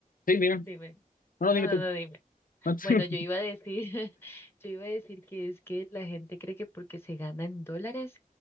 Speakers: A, on the left (about 70°); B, on the left (about 15°).
A: sí, dime, no,
B: dime.
A: no,
B: No,
A: dime
B: no,
A: tú.
B: no, dime.
A: No, <laughs>
B: Bueno, yo iba a decir, <laughs> yo iba a decir que es que la gente cree que porque se gana en dólares